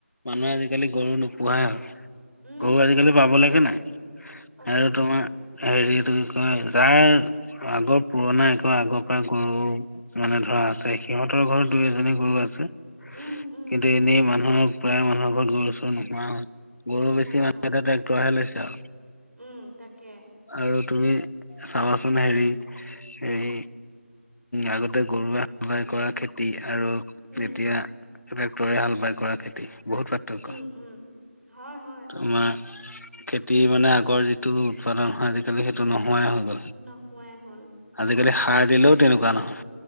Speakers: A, on the left (about 80°); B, on the right (about 70°).
A: মানুহে আজিকালি গৰু নোপোহাই হ'ল।
B: উম
A: গৰু
B: উম
A: আজিকালি
B: উম
A: পাব লাকে নাই
B: পাবলৈকে
A: আৰু তোমাৰ
B: নাই
A: হেৰিত কি কয়, যাৰ আগৰ পুৰণা এক আগৰ পৰা গৰু মানে ধৰা আছে, সিহঁতৰ ঘৰত দুই এজনী গুৰু আছে।
B: উম, উম,
A: কিন্তু
B: উম,
A: এনেই মানুহৰ প্ৰায় মানুহৰ ঘৰত গৰু চৰ নোহোৱা হয়। গৰু
B: নোহোৱাই
A: বেছি মানুহ
B: হ'ল।
A: এ ট্ৰেক্টৰহে লৈছে। আৰু
B: উম, তাকে।
A: আৰু তুমি চাবাচোন হেৰি এই আগতে গৰুৱে সৱায় কৰা খেতি আৰু
B: উম,
A: এতিয়া ট্ৰেক্টৰে হাল বাই কৰা খেতি বহুত পাৰ্থক্য
B: উম, উম। হয়, হয়,
A: তোমাৰ খেতি মানে আগৰ যিটো উৎপাদন হয় আজিকালি সেইটো নহয়। সময়ে হৈ গ'ল
B: নোহোৱাই হ'ল।
A: আজিকালি সাৰ দিলেও তেনেকুৱা নহয়।